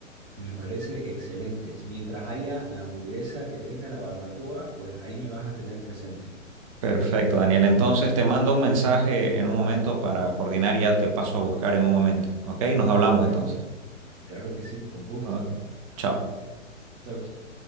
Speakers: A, on the right (about 60°); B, on the right (about 25°).
A: Me parece excelente. Mientras haya la hamburguesa que tenga la barbacoa, pues ahí me vas a tener presente.
B: Perfecto, Daniel. Entonces te mando un mensaje en un momento para coordinar, ya te paso a buscar en un momento, ¿ok? Nos hablamos
A: Bueno,
B: entonces.
A: claro que sí, con gusto.
B: Ok. Chao.
A: Chao, chao.